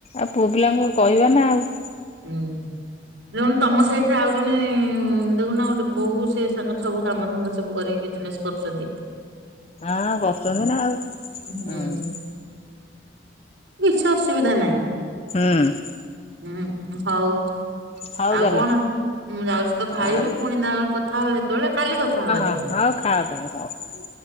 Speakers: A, on the left; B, on the right.
A: ଆଉ ପୁଅପିଲାଙ୍କୁ କଇଁବାନା ଆଉ।
B: ହୁଁ। ଦେଖୁନୁ ତମ ସହିତ ଆଉ ଜଣେ ଦେଖୁନ ଗୋଟେ ବୋହୁ ସେସାଙ୍ଗର ସବୁ କାମଧନ୍ଦା ସବୁ କରିକି ବିଜନେସ୍ କରୁଚନ୍ତି।
A: ହଁ କରୁଚନ୍ତିନା ଆଉ ହଁ।
B: ହୁଁ କିଛି ଅସୁବିଧା ନାହିଁ
A: ହୁଁ
B: ହୁଁ ହଉ
A: ହଉ
B: ଆଉ
A: ତାହେଲେ
B: କଣ? ମୁଁ ଯାଉଚିତ ଖାଇବି
A: ଆଉ
B: ପୁଣି ତା କଥା ହବା କେତେବେଳେ କାଲି କଥା ହବା ଦେ
A: ହ ଯୋଉ ଖାଅ ତମେ ହୋଉ।